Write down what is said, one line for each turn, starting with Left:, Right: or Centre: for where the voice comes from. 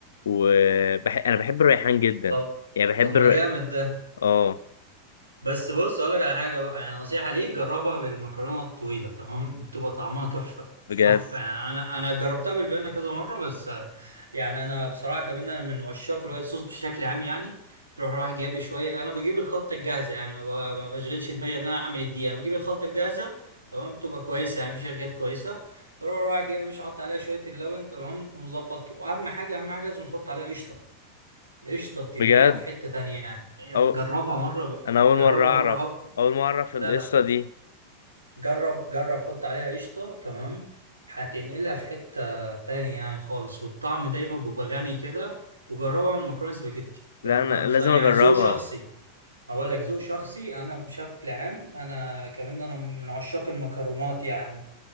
Left: وبح... انا بحب الريحان جدا
Right: طب
Left: يعني بحب
Right: طب ما
Left: الر...
Right: جامد ده
Left: اه
Right: بس بص اقول لك على حاجه بقى يعني نصيحه ليك جربها بالمكرونه الطويله تمام بتبقى طعمها تحفه
Left: بجد
Right: تحفه يعني انا انا جربتها بالبنه كذا مره بس آه، يعني انا بصراحه كمان انا من عشاق الوايت صوص بشكل عام يعني تروح رايح جايب شويه انا بجيب الخلطه الجاهزه يعني ما ب- ما بشغلش دماغي ان انا اعمل الدقيقه انا بجيب الخلطه الجاهزه تمام بتبقى كويسه يعني في شركات كويسه بروح رايح جايب مش حاطط عليها شويه اللبن تمام ومظبط واهم حاجه اهم حاجه لازم تحط عليها قشطه قشطة بتنقلها
Left: بجد
Right: في حتة تانية يعني
Left: أو...
Right: جربها مرة ب...
Left: انا اول
Right: جربها
Left: مرة اعرف
Right: مرة هو...
Left: اول مرة اعرف
Right: لا
Left: القشطة
Right: لا
Left: دي
Right: جرب جرب حط عليها قشطة تمام هتنقلها في حتة تانية يعني خالص والطعم دايما بيبقى غني كده وجربها من مكرونة سباجيتي تمام
Left: لا انا
Right: أنا بص...
Left: لازم
Right: يعني
Left: اجربها
Right: ذوق شخصي أقول لك ذوق شخصي أنا بشكل عام أنا كمان أنا من عشاق المكرونات يعني